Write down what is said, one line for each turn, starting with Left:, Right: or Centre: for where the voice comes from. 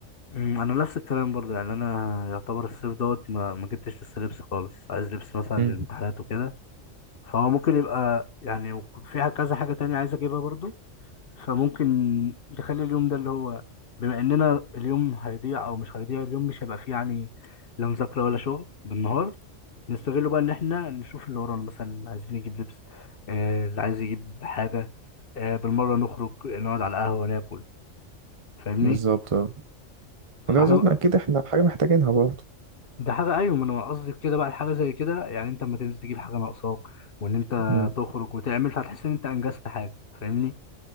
Left: أمم، مم. انا نفس الكلام برضه يعني انا يعتبر الصيف دوت ما ما جبتش لسه لبس خالص عايز لبس مثلا
Right: امم
Left: للامتحانات وكده فهو ممكن يبقى يعني وك- فيها كذا حاجة تانية عايز اجيبها برضه فممكن نخلي اليوم ده اللي هو بما اننا اليوم هيضيع او مش هيضيع اليوم مش هيبقى فيه يعني لا مذاكرة ولا شغل بالنهار نستغله بقى ان احنا نشوف اللي ورانا مثلا عايزين نجيب لبس آه، اللي عايز يجيب حاجة آه، بالمرة نخرج نقعد على القهوة ناكل فاهمني
Right: بالظبط اه
Left: فاحنا
Right: وده أظن أكيد إحنا حاجة محتاجينها برضه
Left: ده حاجه ايوه ما انا قصدي في كده بقى الحاجه زي كده يعني انت اما تنزل تجيب حاجه ناقصاك وان انت
Right: امم
Left: تخرج وتعمل فهتحس ان انت انجزت حاجه فاهمني